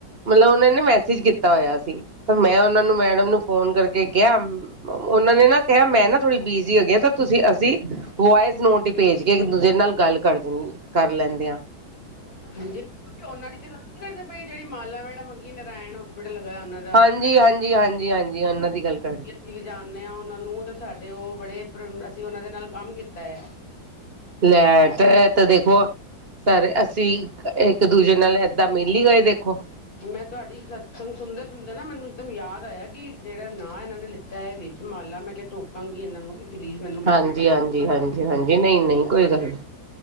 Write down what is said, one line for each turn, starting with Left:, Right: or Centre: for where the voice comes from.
Right: ਮਤਲਬ ਓਨਾਂ ਨੇ ਮੈਸੇਜ ਕੀਤਾ ਹੋਇਆ ਸੀ ਤੇ ਮੈਂ ਓਨਾਂ ਨੂੰ ਮੈਡਮ ਨੂੰ ਫੋਨ ਕਰਕੇ ਕਿਆ ਓਨਾਂ ਨੇ ਨਾ ਕਿਆ ਮੈਂ ਨਾ ਥੋੜੀ ਬਿਜੀ ਹੋਗੀ ਆਂ ਤਾਂ ਤੁਸੀਂ ਅਸੀਂ ਵੁਆਇਸ ਨੋਟ ਭੇਜ ਕੇ ਇੱਕ ਦੂਜੇ ਨਾਲ ਗੱਲ ਕਰ ਲੈ ਕਰ ਲੈਂਨੇ ਆਂ।
Left: ਹਾਂਜੀ ਓਨਾਂ ਦੀ ਗੱਲ ਨੀ ਕਰਦੇ ਪਏ ਜੇੜੀ ਮਾਲਾ ਮੈਡਮ ਹੈਗੀ ਨਰਾਇਣ ਹੋਸਪਿਟਲ ਲਗਾਇਆ ਓਨਾਂ ਨੇ।
Right: ਹਾਂਜੀ-ਹਾਂਜੀ-ਹਾਂਜੀ-ਹਾਂਜੀ ਓਨਾਂ ਦੀ ਗੱਲ ਕਰ
Left: ਤੇ ਅਸੀਂ ਵੀ ਜਾਨਨੇ ਆਂ ਓਨਾਂ ਨੂੰ ਤੇ ਸਾਡੇ ਓ ਬੜੇ ਅਸੀਂ ਓਨਾਂ ਦੇ ਨਾਲ ਕੰਮ ਕੀਤਾ ਐ।
Right: ਲੈਟ ਤ ਦੇਖੋ ਘਰ ਅਸੀਂ ਇੱਕ ਦੂਜੇ ਨਾਲ ਏਦਾਂ ਮਿਲ ਈ ਗਏ ਦੇਖੋ।
Left: ਮੈਂ ਤੁਆਡੀ ਸਤਸੰਗ ਸੁਨਦੇ-ਸੁਨਦੇ ਨਾ ਮੈਨੂੰ ਇੱਕਦਮ ਯਾਦ ਆਇਆ ਕਿ ਜਿਹੜਾ ਨਾਂ ਏਨਾਂ ਨੇ ਲਿ- ਤਾ ਏ ਵਿੱਚ ਮਾਲਾ ਮੈਂ ਕਿਆ ਟੋਕਾਂਗੀ ਏਨਾਂ ਨੂੰ। ਪਲੀਜ਼ ਮੈਨੂੰ ਮਾਫ਼
Right: ਹਾਂਜੀ-ਹਾਂਜੀ-ਹਾਂਜੀ-ਹਾਂਜੀ,
Left: ਕਰਨਾ
Right: ਨਈਂ-ਨਈਂ ਕੋਈ ਗੱਲ ਨੀ।